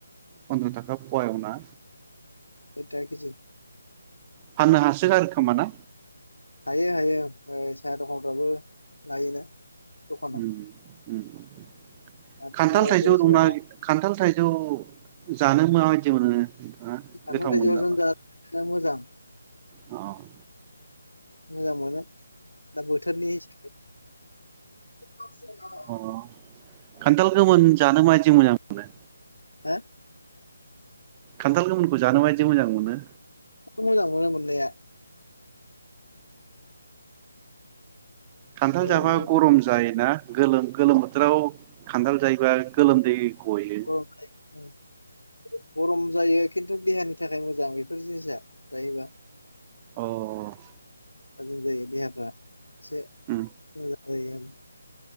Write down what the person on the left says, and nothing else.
साइट था केजि ।
हायो हायो ओ सायहा दखानफ्राबो लायोना दखानाव
आरो
न'आव
सोरबा सोरबा
लाङो
खान्थाल
थाइजौआथ'
<unintelligible> मोजां ।
मोजां मोनो दा बोथोरनि हिसाबै <unintelligible>
हो?
<unintelligible> मोजां मोनो मोन्नाया ।
मोजां
मोनो
गरम जायो गरम जायो खिन्थु देहानि थाखाय मोजां बेफोर जिनिसा जायोबा ।
थाजिम जायो देहाफ्रा । से
मोजा <unintelligible>